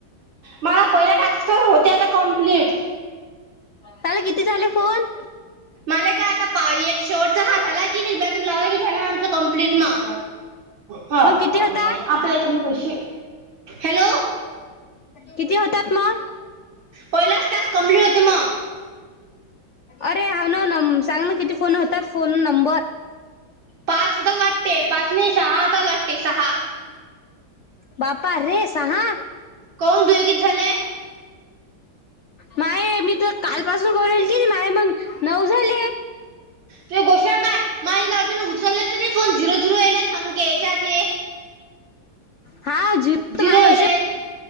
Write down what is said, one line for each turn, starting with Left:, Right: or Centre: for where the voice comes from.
Right: मला पहिल्या टास्क होते आता कम्प्लीट.
Left: काल किती झाले फोन?
Right: मला का आता पाय एक शेवटचा हा झाला की नाही बून ला की झाला आमच कंप्लीट मग. हा
Left: मग किती
Right: आपल्या
Left: होता?
Right: येतना पैसे हॅलो!
Left: किती होतात मग?
Right: पहिलाच तास कम्प्लीट होते मग
Left: अरे हाव ना नम सांग ना किती फोन होतात फोन नंबर?
Right: पाच होतात वाटते पाच नाय सहा होतात वाटते सहा.
Left: बापा रे सहा?
Right: काऊन दुयगीत झाले
Left: माये मी तर कालपासून करू राहिले की माय मग नऊ झाले.
Right: तु गोषण काय माझ अजून उचलच नाही फोन झिरो झिरो याले संखक याच्यात. ते
Left: हा
Right: झिरो
Left: तर माये
Right: येलेत.
Left: अशे